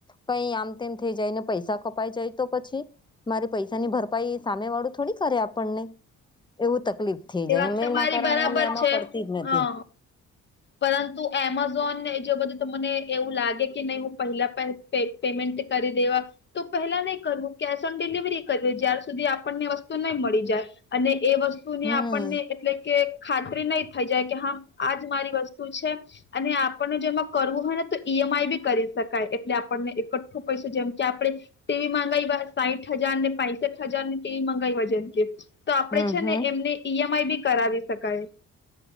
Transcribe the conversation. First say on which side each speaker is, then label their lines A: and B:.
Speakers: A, on the left; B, on the left.
A: પ આમતે થઈ જાય ને પૈસા કપાઈ જાય તો પછી મારી પૈસા ની ભરપાઈ સામે વાળું થોડી કરે આપણની એવું તકલીફ
B: એ વાત તમારી
A: કારણે
B: બરાબર
A: હું એમાં
B: છે
A: પડતી જ નથી
B: હા પરંતુ એમેઝોનને જે બધું મને એવું લાગે કે નહી હું પહેલા પેમેન્ટ કરી દેવા તો પહેલા નહી કરવું કેશ ઓન ડિલિવરી કરવી જ્યાં સુધી આપણને વસ્તુ નહી મળી જાય અને એ વસ્તુ
A: હમ
B: ને આપણને એટલે કે ખાતરી નહી થઈ જાય કે હા આજ મારી વસ્તુ છે અને આપણને જેમાં કરવું હોય ને તો ઈ એમ આઈ બી કરી શકાય એટલે આપણને એકઠું પૈસ જેમ કે આપણે તેવી મગાવી સાઈઠ હજાર ને પાસઠ હજાર ને તેવી મગાવાઈ વ જેન કે તો આપણે
A: હમ
B: છે
A: હમ
B: ને એમને ઈએમ આઈ બી કરાવી શકાય